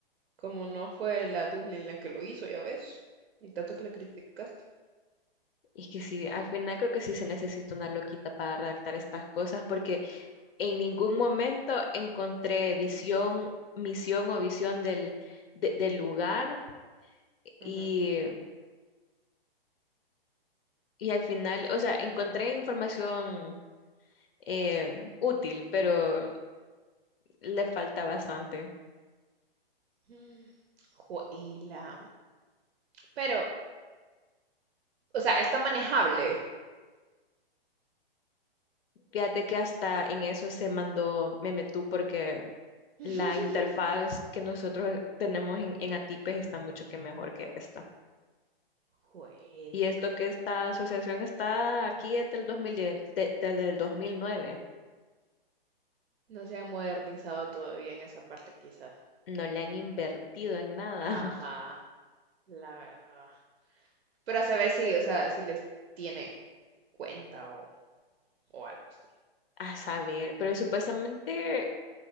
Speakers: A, on the right; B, on the left.
A: como no fue la Dublín la que lo hizo, ya ves, y tanto que la criticaste.
B: Y que sí, al final creo que sí se necesita una loquita para redactar estas cosas, porque En ningún momento encontré visión, misión o visión del, de- del lugar y,
A: Ujú.
B: y al final, o sea, encontré información eh, útil, pero le falta bastante.
A: Mm, Juela. Pero, o sea, está manejable.
B: Fíjate que hasta en eso se mandó Memetú porque
A: <laughs>
B: la interfaz que nosotros tenemos en, en Atipes está mucho que mejor que esta.
A: Juela.
B: Y esto que esta asociación está aquí es del 2010, de- desde el 2009.
A: No se han modernizado todavía en esa parte, quizás.
B: no le han invertido en nada,
A: Ajá,
B: <laughs>
A: la verdad. Para saber si, o sea, si les tiene cuenta o, o algo así.
B: a saber, pero supuestamente